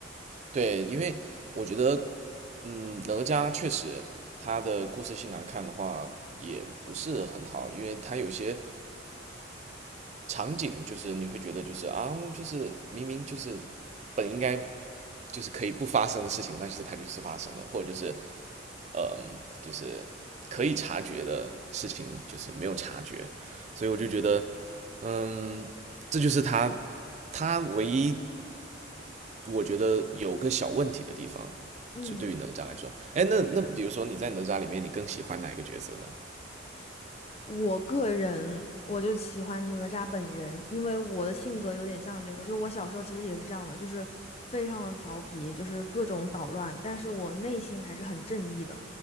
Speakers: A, on the right (about 35°); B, on the left (about 35°).
A: 对，因为我觉得，嗯，哪吒确实他的故事性来看的话，也不是很好，因为他有些场景就是你会觉得就是啊，就是明明就是本应该就是可以不发生的事情，但是它就是发生了，或者就是嗯，呃就是可以察觉的事情，就是没有察觉，所以我就觉得，嗯，这就是他他唯一我觉得有个小问题的地方，
B: 嗯。
A: 就对于哪吒来说，哎，那那比如说你在哪吒里面，你更喜欢哪一个角色呢？
B: 我个人我就喜欢哪吒本人，因为我的性格有点像这个，就我小时候其实也是这样的，就是非常的调皮，就是各种捣乱，但是我内心还是很正义的，